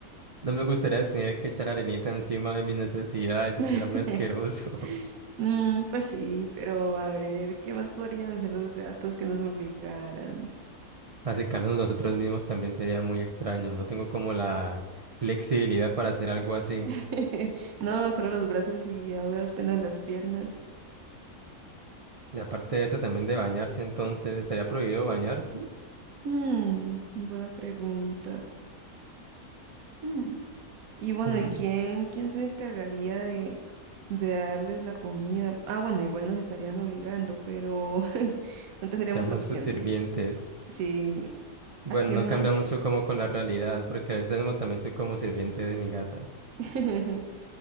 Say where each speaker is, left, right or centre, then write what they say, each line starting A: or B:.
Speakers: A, on the right; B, on the right.
A: No me gustaría tener que echar arenita encima de mis necesidades,
B: <laughs>
A: eso será muy asqueroso.
B: Mm, pues sí, pero a ver, ¿qué más podrían hacer los gatos que nos obligaran?
A: Acercarnos nosotros mismos también sería muy extraño. No tengo como la flexibilidad para hacer algo así.
B: <laughs> No, solo los brazos y a duras penas las piernas.
A: Y aparte de eso, también de bañarse, entonces, ¿estaría prohibido bañarse?
B: Mm, buena pregunta. Mm. Y bueno,
A: Mm,
B: ¿y quién, quién se encargaría de, de darles la comida? Ah, bueno, igual nos estarían obligando, pero <laughs> no tendríamos
A: Seamos
B: opción.
A: sus sirvientes.
B: Sí,
A: Bueno,
B: ¿a qué
A: no
B: más?
A: cambia mucho como con la realidad, porque ahora mismo también soy como sirviente de mi gata.
B: <laughs>